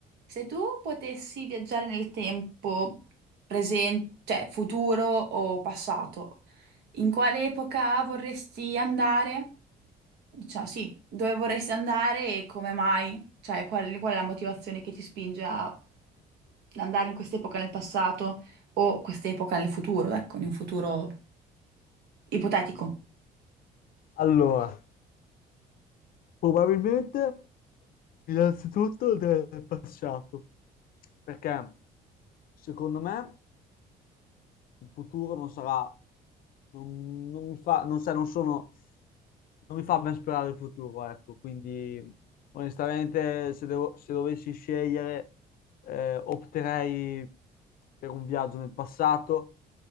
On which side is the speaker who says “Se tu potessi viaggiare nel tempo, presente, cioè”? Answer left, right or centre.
Right